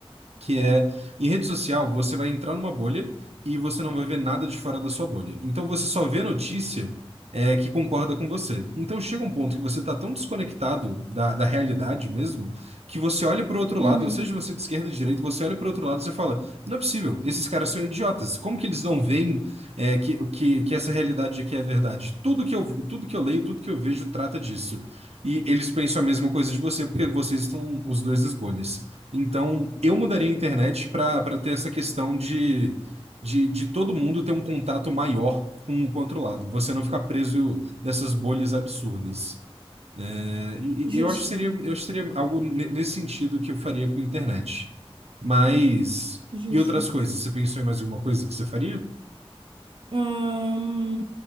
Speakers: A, on the right; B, on the right.
A: que é em rede social você vai entrar numa bolha e você não vai ver nada de fora da sua bolha. Então você só vê notícia é, que concorda com você. Então chega um ponto que você está tão desconectado da, da realidade mesmo que você olha para o outro
B: uhum.
A: lado, seja você é de esquerda ou de direita, você olha para o outro lado e você fala: não é possível, esses caras são idiotas. Como que eles não veem é, que, que, que essa realidade aqui é verdade? Tudo que eu, tudo que eu leio, tudo que eu vejo trata disso. E eles pensam a mesma coisa de você, porque vocês estão os dois nas bolhas. Então, eu mudaria a internet para para ter essa questão de, de, de todo mundo ter um contato maior com, com o outro lado. Você não ficar preso nessas bolhas absurdas. É, e-
B: Justo,
A: e eu acho que seria, eu acho que seria algo ne- nesse sentido que eu faria com a internet. Mas.
B: justo.
A: E outras coisas? Você pensou em mais alguma coisa que você faria?
B: Ahn,